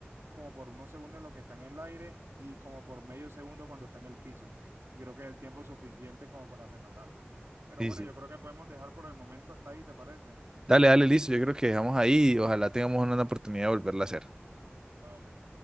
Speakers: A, on the right; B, on the right.
A: como por unos segundos en lo que está en el aire y como por medio segundo cuando está en el piso. Y creo que es el tiempo suficiente como para rematarlo. Pero
B: Sí,
A: bueno,
B: sí.
A: yo creo que podemos dejar por el momento hasta ahí, ¿te parece?
B: Dale, dale, listo. Yo creo que dejamos ahí y ojalá tengamos una oportunidad de volverla a hacer.
A: Vale.